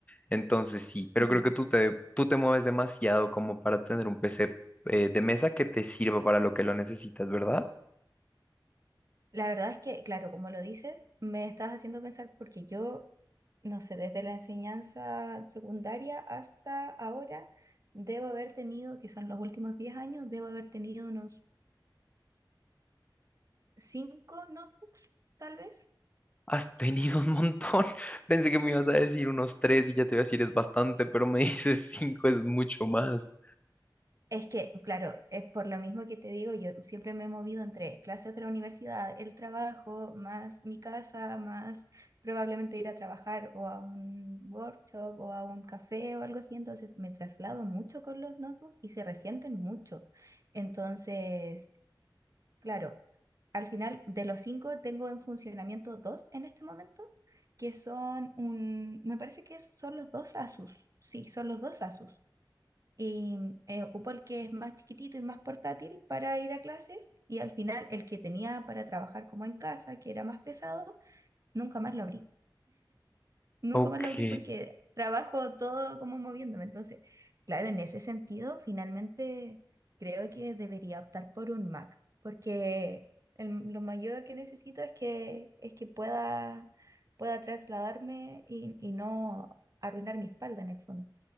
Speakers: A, on the left; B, on the right.
A: Entonces sí, pero
B: ujú.
A: creo que tú te, tú te mueves demasiado como para tener un PC eh, de mesa que te sirva para lo que lo necesitas, ¿verdad?
B: La verdad es que, claro, como lo dices, me estás haciendo pensar porque yo no sé, desde la enseñanza secundaria hasta ahora, debo haber tenido, que son los últimos 10 años, debo haber tenido unos 5 notebooks, tal vez.
A: Has tenido un montón. <laughs> Pensé que me ibas a decir unos tres y ya te iba a decir es bastante, pero me <laughs> dices cinco es mucho más.
B: Es que, claro, es por lo mismo que te digo, yo siempre me he movido entre clases de la universidad, el trabajo, más mi casa, más probablemente ir a trabajar o a un workshop o a un café o algo así. Entonces me traslado mucho con los notebooks y se resienten mucho. Entonces, claro, al final, de los cinco tengo en funcionamiento dos en este momento, que son un, me parece que son los dos Asus, sí, son los dos Asus. Y eh, ocupo el que es más chiquitito y más portátil para ir a clases y al final el que tenía para trabajar como en casa, que era más pesado, nunca más lo abrí. Nunca
A: Ok.
B: más lo abrí porque trabajo todo como moviéndome. Entonces, claro, en ese sentido, finalmente creo que debería optar por un Mac, porque el- lo mayor que necesito es que, es que pueda, pueda trasladarme y, y no arruinar mi espalda en el fondo.